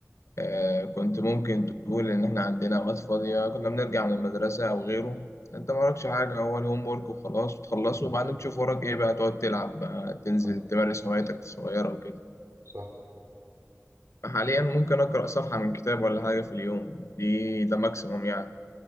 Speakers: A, on the left; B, on the right.
A: آه، كنت ممكن تقول إن إحنا عندنا أوقات فاضية كنا بنرجع من المدرسة أو غيره أنت ما وراكش حاجة هو الهوم ورك وخلاص بتخلصه
B: مم.
A: وبعدين تشوف وراك إيه بقى تقعد تلعب بقى تنزل
B: صح
A: تمارس هوايتك الصغيرة وكده
B: صح
A: حاليا ممكن أقرأ صفحة من كتاب ولا حاجة في اليوم دي ده ماكسيموم يعني